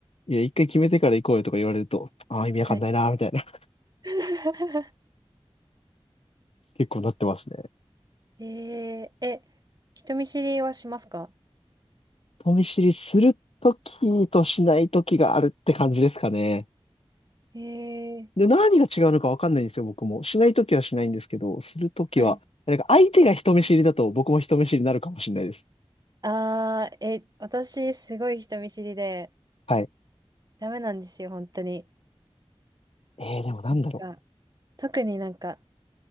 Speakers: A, on the left; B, on the right.
A: いや、一回決めてから行こうよとか言われると、ああ、意味わかんないな、
B: はい。
A: みたいな。<laughs>
B: <laughs>
A: 結構なってますね。
B: えー、え、人見知りはしますか
A: 人見知りするときとしないときがあるって感じですかね。
B: えー、
A: で、何が違うのかわかんないんですよ、僕も。しないときはしないんですけど、するときは、
B: はい。
A: なんか相手が人見知りだと僕も人見知りになるかもしれないです。
B: あー、え、私、すごい人見知りで、
A: はい。
B: ダメなんですよ、本当に。
A: えー、でもなんだろ
B: なんか、特になんか、